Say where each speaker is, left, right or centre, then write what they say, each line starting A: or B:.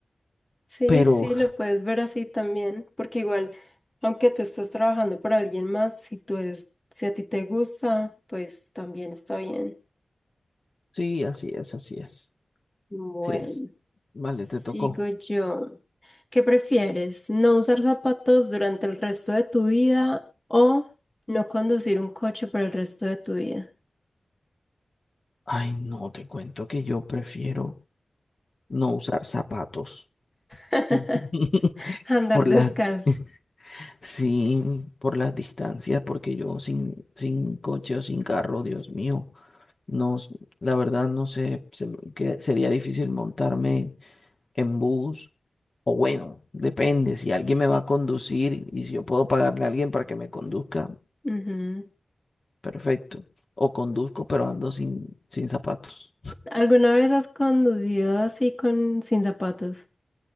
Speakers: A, on the left; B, on the left.
A: Sí,
B: pero
A: sí, lo puedes ver así también, porque igual, aunque tú estás trabajando para alguien más, si tú es, si a ti te gusta, pues también está bien.
B: sí, así es, así es,
A: Bueno,
B: así es. Vale,
A: sigo
B: te tocó.
A: yo. ¿Qué prefieres? ¿No usar zapatos durante el resto de tu vida o no conducir un coche por el resto de tu vida?
B: Ay, no, te cuento que yo prefiero no usar zapatos.
A: <laughs>
B: <laughs>
A: Andar
B: Por las
A: descalzo.
B: <laughs> Sí, por las distancias, porque yo sin, sin coche o sin carro, Dios mío, no, s- la verdad no sé, se me- que sería difícil montarme en bus, o bueno, depende, si alguien me va a conducir y si yo puedo pagarle a alguien para que me conduzca,
A: Ujú.
B: perfecto, o conduzco pero ando sin, sin zapatos.
A: ¿Alguna vez has conducido así con sin zapatos?